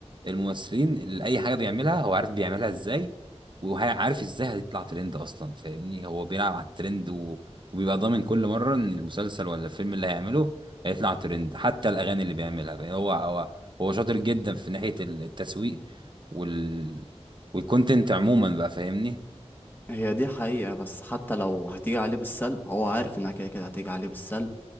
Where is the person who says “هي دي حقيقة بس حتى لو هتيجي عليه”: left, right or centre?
Left